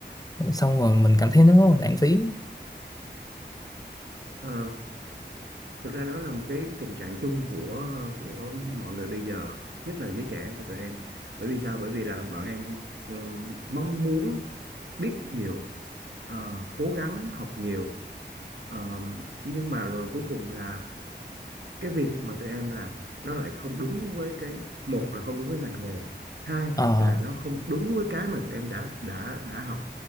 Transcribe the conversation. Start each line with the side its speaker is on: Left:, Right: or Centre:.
Left: anh xong rồi mình cảm thấy nó rất là lãng phí
Right: Ờ, thực ra đó là một cái tình trạng chung của của mọi người bây giờ nhất là giới trẻ của tụi em bởi vì sao bởi vì là bọn em ừm, mong muốn biết nhiều ờ, cố gắng học nhiều Ờ, nhưng mà rồi cuối cùng là cái việc mà tụi em làm nó lại không đúng với cái một là không đúng với ngành nghề hai
Left: ờ
Right: là nó không đúng với cái mà tụi em đã đã đã học